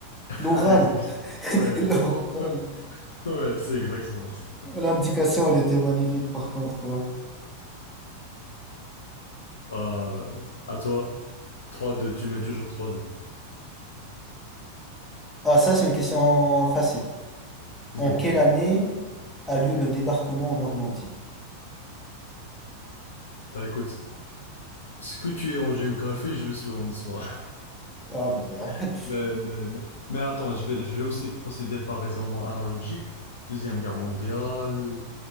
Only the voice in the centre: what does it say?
l'oral,
<laughs>
l'oral.
Oh, L'indication, elle était magnifique par contre. ouais.
Ah, ça, c'est une question facile.
En quelle année a lieu le débarquement en Normandie?
Ah, merde.